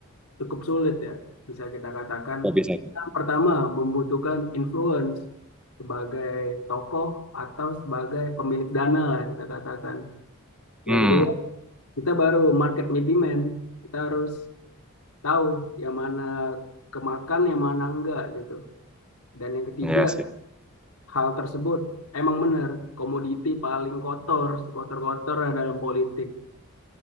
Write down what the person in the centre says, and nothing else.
Kok bisa
hmm
ya sih